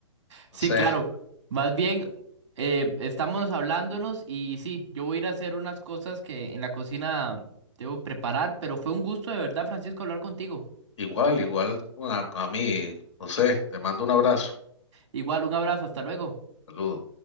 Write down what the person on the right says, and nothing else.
Sí, claro. Más bien, eh, estamos hablándonos y sí, yo voy a ir a hacer unas cosas que en la cocina debo preparar, pero fue un gusto de verdad, Francisco, hablar contigo.
Igual, un abrazo, hasta luego.